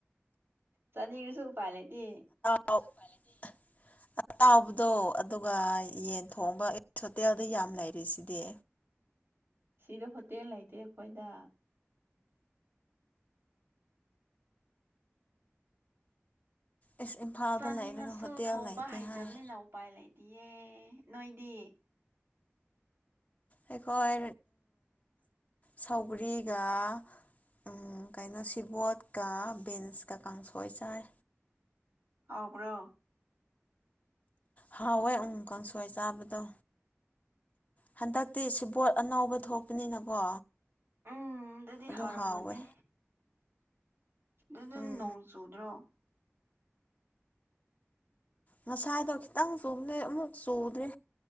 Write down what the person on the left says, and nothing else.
<inaudible> ꯆꯥꯎꯕꯗꯣ ꯑꯗꯨꯒ ꯌꯦꯟ ꯊꯣꯡꯕ ꯑꯩ ꯍꯣꯇꯦꯜꯗ ꯌꯥꯝ ꯂꯩꯔꯤꯁꯤꯗꯤ
ꯑꯁ ꯏꯝꯐꯥꯜꯗ
ꯂꯩꯔꯒ ꯍꯣꯇꯦꯜ
ꯂꯩꯇꯦ
ꯍꯥꯏ
ꯑꯩꯈꯣꯏ ꯁꯧꯒꯔꯤꯒ ꯎꯝ ꯀꯩꯅꯣ ꯁꯤꯕꯣꯠꯀ ꯕꯤꯟꯁꯀ ꯀꯥꯡꯁꯣꯏ ꯆꯥꯏ
ꯍꯥꯎꯋꯦ ꯎꯃꯪ ꯀꯥꯡꯁꯣꯏ ꯆꯥꯕꯗꯣ ꯍꯟꯗꯛꯇꯤ ꯁꯤꯕꯣꯠ ꯑꯅꯥꯕ ꯊꯣꯛꯄꯅꯤꯅꯀꯣ
ꯑꯗꯨ
ꯍꯥꯎꯋꯦ
ꯎꯝ
ꯉꯁꯥꯏꯗꯣ ꯈꯤꯇꯪ ꯆꯨꯝꯗ꯭ꯔꯦ ꯑꯃꯨꯛ ꯆꯨꯗ꯭ꯔꯦ